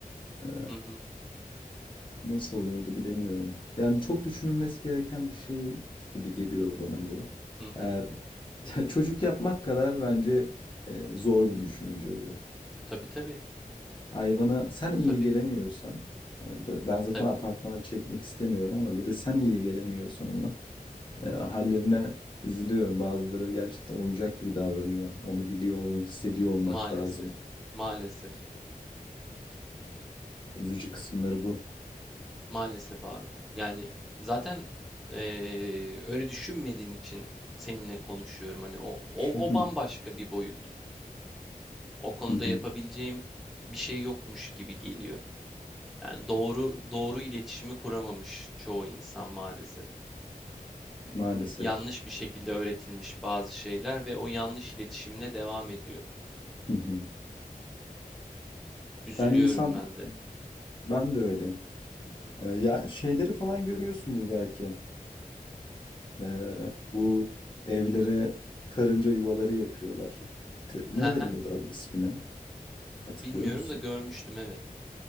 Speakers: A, on the left (about 30°); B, in the centre.
A: e,
B: Hı hı
A: Nasıl olurdu bilemiyorum. Yani çok düşünülmesi gereken bir şey gibi geliyor bana bu.
B: hı hı.
A: Eğer <laughs> ya çocuk yapmak kadar bence e, zor bir düşünce bu.
B: Tabii tabii
A: Hayvana sen iyi
B: tabii
A: gelemiyorsan, hani be- ben zaten
B: tabii
A: apartmana çekmek istemiyorum ama bir de sen iyi gelemiyorsan ona, e, hallerine üzülüyorum. Bazıları gerçekten oyuncak gibi davranıyor. Onu biliyor, onu hissediyor olmak
B: maalesef
A: lazım.
B: maalesef.
A: Üzücü kısımları bu.
B: Maalesef abi. Yani zaten eee, öyle düşünmediğin için seninle konuşuyorum. Hani o, o,
A: <laughs>
B: o bambaşka bir boyut. O konuda
A: Hı hı.
B: yapabileceğim bir şey yokmuş gibi geliyor. Yani doğru doğru iletişimi kuramamış çoğu insan maalesef.
A: Maalesef.
B: Yanlış bir şekilde öğretilmiş bazı şeyler ve o yanlış iletişimle devam ediyor.
A: Hı hı.
B: Üzülüyorum
A: Yani insan
B: ben de.
A: ben de öyle. Ee, ya şeyleri falan görüyorsundur belki. Ee, bu evlere karınca yuvaları yapıyorlar. Te- ne
B: Haha,
A: deniyordu adı ismine? Hatırlıyor
B: bilmiyorum
A: musun?
B: da görmüştüm evet.